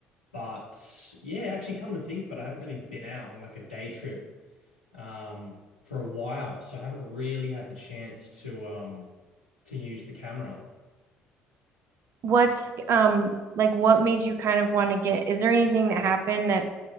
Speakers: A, on the left (about 85°); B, on the right (about 45°).
A: But yeah, actually, come to think of it, I haven't really been out on like a day trip um, for a while, so I haven't really had the chance to um, to use the camera.
B: What's um like what made you kind of want to get is there anything that happened that